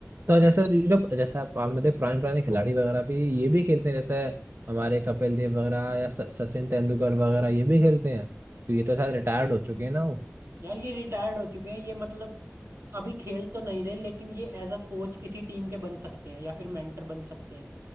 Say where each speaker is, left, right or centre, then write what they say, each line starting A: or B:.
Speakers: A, on the right; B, on the right.
A: तो जैसे ये जो जैसे आप मान लेते पुराने पुराने खिलाड़ी वगैरह भी ये भी खेलते हैं जैसे हमारे कपिल देव वगैरह या स- सचिन तेंदुलकर वगैरह ये भी खेलते हैं तो ये तो शायद रिटायर्ड हो चुके हैं ना वो
B: यार ये रिटायर्ड हो चुके हैं ये मतलब अभी खेल तो नहीं रहे लेकिन ये एज अ कोच किसी टीम के बन सकते हैं या फिर मेंटर बन सकते हैं